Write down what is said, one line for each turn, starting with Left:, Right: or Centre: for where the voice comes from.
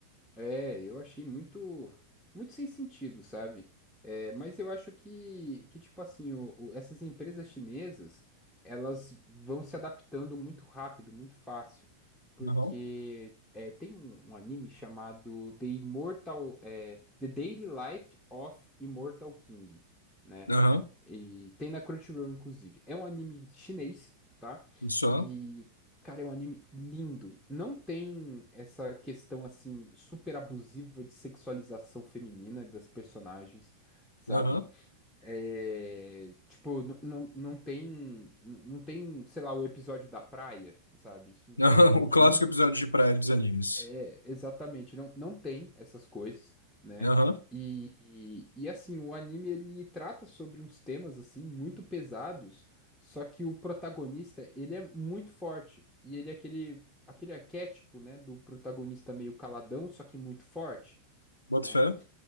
Centre: É, eu achei muito, muito sem sentido, sabe? É, mas eu acho que, que tipo assim, o- o- essas empresas chinesas, elas vão se adaptando muito rápido, muito fácil, porque
Left: Aham.
Centre: é, tem um, um anime chamado The Immortal, é, The Daily Life of Immortal King, né?
Left: Aham.
Centre: E tem na Crunchyroll, inclusive. É um anime chinês, tá?
Left: Isso, aham.
Centre: E, cara, é um anime lindo. Não tem essa questão, assim, super abusiva de sexualização feminina das personagens, sabe?
Left: <laughs>
Centre: É, tipo, n- n- não tem, n- não tem, sei lá, o episódio da praia, sabe? Isso <laughs>
Left: Aham. O clássico
Centre: não
Left: episódio de praia dos animes.
Centre: é, exatamente, não, não tem essas coisas, né?
Left: Aham.
Centre: E, e assim, o anime ele trata sobre uns temas assim muito pesados, só que o protagonista, ele é muito forte e ele é aquele aquele arquétipo, né, do protagonista meio caladão, só que muito forte,
Left: Boto
Centre: né?
Left: fé.